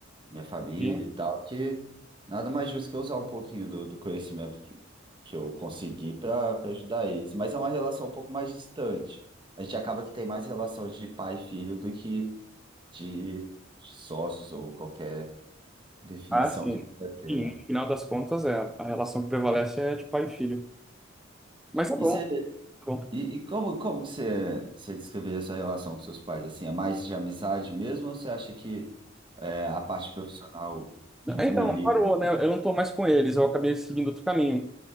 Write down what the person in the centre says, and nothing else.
Sim.
Ah, sim.
Sim,
no final das contas, é, a relação que prevalece é de pai e filho. Mas tá
bom,
tá bom.
Então, parou,
né? Eu não tô mais com eles, eu acabei seguindo outro caminho.